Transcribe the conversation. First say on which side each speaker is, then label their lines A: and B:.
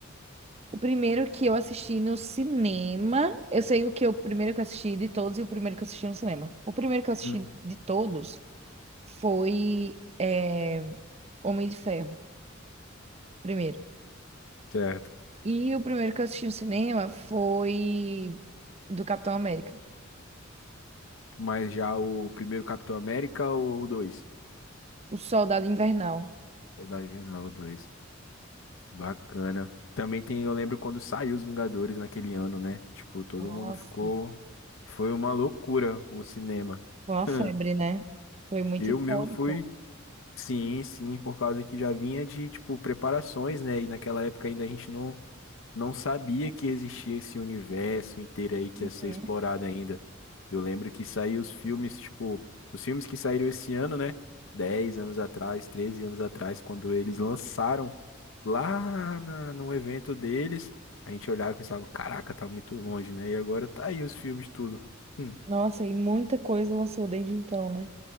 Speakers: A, on the right; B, on the left.
A: O primeiro que eu assisti no cinema, eu sei o que eu o primeiro que eu assisti de todos e o primeiro que eu assisti no cinema. O primeiro que eu assisti
B: Uhum.
A: de todos foi eh, Homem de Ferro, primeiro.
B: Certo.
A: E o primeiro que eu assisti no cinema foi do Capitão América,
B: Mas já o primeiro Capitão América ou o 2?
A: O Soldado Invernal.
B: O da Invernal, dois Bacana. Também tem, eu lembro quando saiu os Vingadores naquele ano, né? Tipo, todo
A: Nossa,
B: mundo ficou. Foi uma loucura o cinema.
A: foi uma febre,
B: <laughs>
A: né? Foi muito
B: Eu
A: icônico.
B: mesmo fui. Sim, sim, por causa que já vinha de, tipo, preparações, né? E naquela época ainda a gente não, não sabia que existia esse universo inteiro aí que
A: Uhum.
B: ia ser explorado ainda. Eu lembro que saíram os filmes, tipo, os filmes que saíram esse ano, né? dez anos atrás, 13 anos atrás, quando eles lançaram lá na- no evento deles, a gente olhava e pensava, caraca, tá muito longe, né? E agora tá aí os filmes tudo. Hum,
A: Nossa, e muita coisa lançou desde então, né?